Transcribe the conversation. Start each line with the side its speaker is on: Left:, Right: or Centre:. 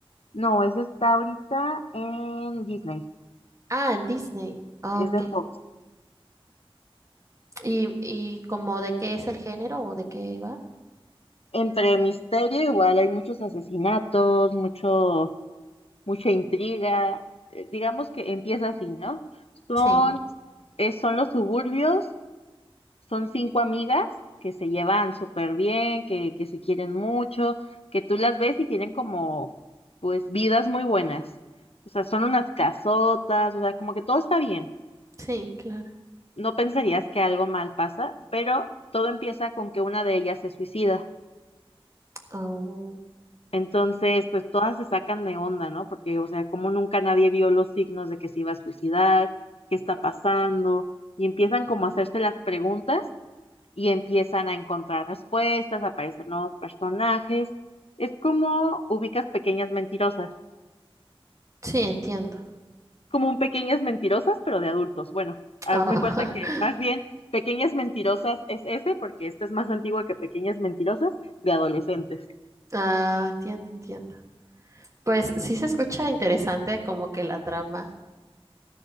Left: No, esa está ahorita en Disney,
Right: Ah, en Disney. Ah,
Left: es
Right: Ok.
Left: de Fox.
Right: ¿Y, y como de qué es el género o de qué va?
Left: Entre misterio, igual hay muchos asesinatos, mucho, mucha intriga. Eh, digamos que empieza así, ¿no? Son,
Right: Sí,
Left: eh, son los suburbios Son cinco amigas que se llevan súper bien, que, que se quieren mucho, que tú las ves y tienen como, pues, vidas muy buenas. O sea, son unas casotas, o sea, como que todo está bien.
Right: sí, claro.
Left: No pensarías que algo mal pasa, pero todo empieza con que una de ellas se suicida.
Right: Oh,
Left: Entonces, pues todas se sacan de onda, ¿no? Porque, o sea, como nunca nadie vio los signos de que se iba a suicidar, qué está pasando, y empiezan como a hacerse las preguntas y empiezan a encontrar respuestas, aparecen nuevos personajes. Es como ubicas pequeñas mentirosas,
Right: sí, entiendo.
Left: como un pequeñas mentirosas, pero de adultos. Bueno, haz
Right: Oh,
Left: de cuenta que
Right: <laughs>
Left: más bien pequeñas mentirosas es ese, porque esta es más antigua que pequeñas mentirosas de adolescentes.
Right: Ah, entiendo, entiendo. Pues sí se escucha interesante como que la trama.